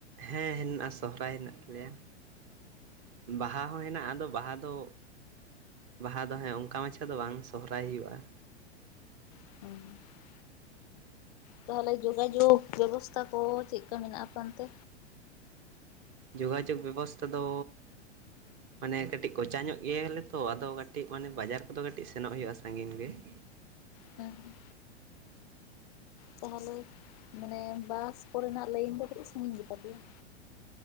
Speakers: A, on the right; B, on the left.
A: ᱦᱮᱸ ᱦᱮᱱᱟᱜᱼᱟ ᱥᱚᱦᱚᱨᱟᱭ ᱦᱮᱱᱟᱜ ᱛᱟᱞᱮᱭᱟ ᱾ ᱵᱟᱦᱟ ᱦᱚᱸ ᱦᱮᱱᱟᱜᱼᱟ, ᱟᱫᱚ ᱵᱟᱦᱟ ᱫᱚ ᱵᱟᱦᱟ ᱫᱚ ᱦᱮᱸ ᱚᱱᱠᱟ ᱢᱟᱪᱷᱟ ᱫᱚ ᱵᱟᱝ ᱥᱚᱦᱚᱨᱟᱭ ᱦᱩᱭᱩᱜᱼᱟ ᱾
B: ᱦᱩᱸ ᱾ ᱛᱟᱦᱚᱞᱮ ᱡᱚᱜᱟᱡᱳᱜᱽ ᱵᱮᱵᱚᱥᱛᱷᱟ ᱠᱚ ᱪᱮᱫ ᱞᱮᱠᱟ ᱢᱮᱱᱟᱜᱼᱟ ᱚᱱᱛᱮ?
A: ᱡᱚᱜᱟᱡᱳᱜᱽ ᱵᱮᱵᱚᱥᱛᱟ ᱫᱚ ᱢᱟᱱᱮ ᱠᱟᱹᱴᱤᱡ ᱠᱚᱪᱟ ᱧᱚᱜ ᱜᱮᱭᱟᱞᱮ ᱛᱚ, ᱟᱫᱚ ᱠᱟᱹᱴᱤᱡ ᱢᱟᱱᱮ ᱵᱟᱡᱟᱨ ᱠᱚᱫᱚ ᱠᱟᱹᱴᱤᱡ ᱥᱮᱱᱚᱜ ᱦᱩᱭᱩᱜᱼᱟ ᱥᱟᱺᱜᱤᱧ ᱜᱮ ᱾
B: ᱦᱮᱸ ᱾ ᱛᱟᱦᱚᱞᱮ ᱢᱟᱱᱮ ᱵᱟᱥ ᱠᱚᱨᱮᱱᱟᱜ ᱞᱟᱹᱭᱤᱱ ᱫᱚ ᱠᱟᱹᱴᱤᱡ ᱥᱟᱺᱜᱤᱧ ᱜᱮᱛᱟ ᱯᱮᱭᱟ ᱾